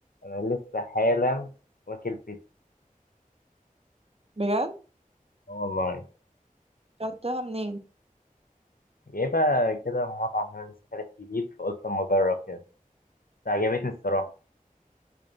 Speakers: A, on the left (about 80°); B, on the right (about 45°).
A: انا لسه حالا واكل بيتزا
B: بجد
A: اه والله
B: اكلتها منين
A: جايبها كده من مطعم هنا لسه فاتح جديد فقلت اما اجرب كده بس عجبتني الصراحه